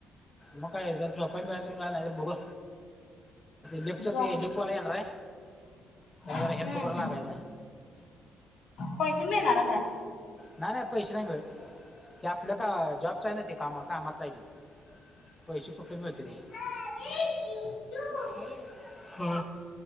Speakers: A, on the left; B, on the left.
A: मग काय, जा झोपाय मिळाल मिळालं नाही तर बघू. लीपच
B: जो
A: ते लीपवालं येणारय. त्याला जरा
B: हम्म
A: हेल्प करू लागायचाय.
B: पैसे मिळणारय का?
A: नाही- नाही पैसे नाही मीळत. ते आपलं का, जॉब काय नाही ते कामा - कामाचाय ती. पैसे कुठलं मिळतेती.
B: <inaudible>
A: हॅलो, हा.